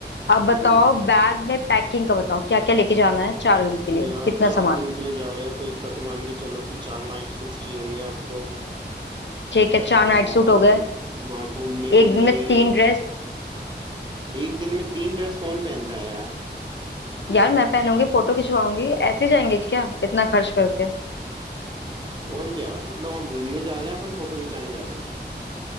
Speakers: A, on the left; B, on the right.
A: अब बताओ
B: हम्म
A: बैग में पैकिंग का बताओ क्या क्या लेके जाना है चार दिन के
B: यार
A: लिए कितना
B: चार
A: सामान
B: दिन के लिए जा रहे हो तो इतना तो मान के चलो कि चार नाइट सूट्स चाहिए होंगे आपको
A: ठीक है चार
B: और
A: नाइट सूट हो गए
B: वहाँ घूमने के
A: एक
B: लिए
A: दिन में तीन ड्रेस
B: एक दिन में तीन ड्रेस कौन पहनता है यार
A: यार मैं पहनूंगी फोटो खिंचवाऊंगी ऐसे जाएंगे क्या इतना खर्च करके
B: और क्या मतलब वहाँ घूमने जा रहे हैं अपन फोटो खिंचाने जा रहे हैं